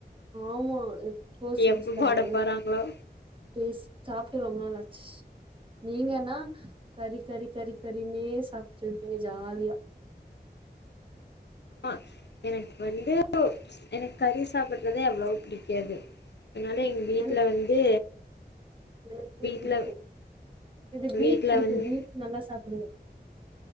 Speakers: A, on the right; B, on the left.
A: ஆமா எப்போ செஞ்சு
B: எப்ப
A: தர
B: போட
A: <inaudible>
B: போறாங்களோ
A: பேஸ் சாப்ட்டு ரொம்ப நாள் ஆச்சு நீங்கன்னா
B: ம்
A: கறி கறி கறி கறினே சாப்ட்டு இருப்பீங்க ஜாலியா
B: <inaudible> எனக்கு வந்து எனக்கு கறி சாப்புட்றதே அவ்ளவா புடிக்காது அனால எங்க வீட்ல
A: எனக்கு
B: வந்து
A: எனக்கு
B: வீட்ல
A: புடிக்கு இது பீஃப்
B: வீட்ல
A: புடிக்கு
B: வந்து
A: பீஃப் நல்லா சாப்டுவே